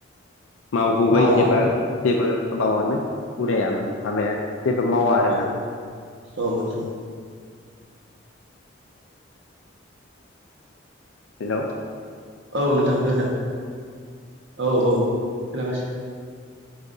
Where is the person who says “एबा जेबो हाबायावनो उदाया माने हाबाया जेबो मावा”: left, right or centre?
Left